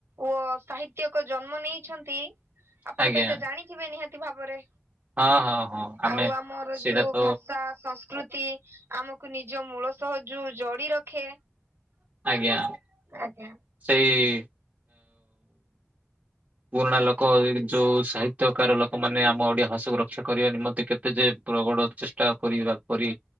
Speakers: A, on the right; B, on the right.
A: ଓ ସାହିତ୍ୟକ ଜନ୍ମ ନେଇଛନ୍ତି। ଆପଣ
B: ଆଜ୍ଞା
A: ତ ଏଇଟା ଜାଣିଥିବେ ନିହାତି ଭାବରେ
B: ହଁ ହଁ ହଁ ଆମେ
A: ଆଉ ଆମର
B: ସେଇଟା
A: ଯୋଉ
B: ତ
A: ଭାଷା ସଂସ୍କୃ ତି ଆମକୁ ନିଜ ମୂଳ ସହ ଯୋଉ ଜଡି ରଖେ।
B: ଆଜ୍ଞା
A: ଆଜ୍ଞା।
B: ସେଇ ପୁରୁଣା ଲୋକ ଯୋଉ ସାହିତ୍ୟକାର ଲୋକମାନେ ଆମ ଓଡିଆ ଭାଷାକୁ ରକ୍ଷା କରିବା ନିମନ୍ତେ କେତେ ଯେ ପ୍ରଗଡ ଚେଷ୍ଟା କରିବା କରି